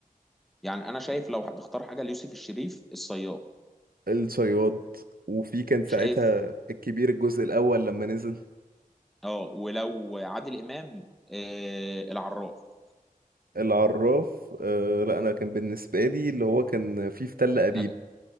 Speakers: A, in the centre; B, on the right.
A: يعني أنا شايف لو هتختار حاجة ليوسف الشريف الصياد
B: الصياد وفي كان ساعتها
A: شايف
B: الكبير الجزء الاول لما نزل
A: اه ولو عادل إمام آه العراف
B: العراف آه لا انا كان بالنسبة لي اللي هو كان فيه في تل ابيب
A: نج...